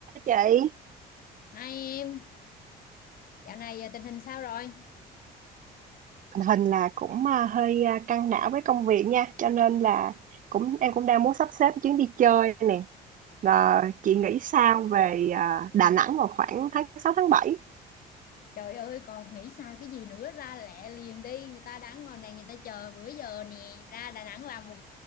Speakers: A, on the right; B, on the left.
A: chị
B: Hai em, dạo này à, tình hình sao rồi?
A: tình hình là cũng à, hơi à, căng não với công việc nha cho nên là cũng em cũng đang muốn sắp xếp chuyến đi chơi nè và chị nghĩ sao về à, Đà Nẵng vào khoảng tháng 6 tháng bảy
B: Trời ơi, còn nghĩ sao cái gì nữa ra lẹ liền đi, người ta đang ngồi này người ta chờ bữa giờ nè, ra Đà Nẵng làm một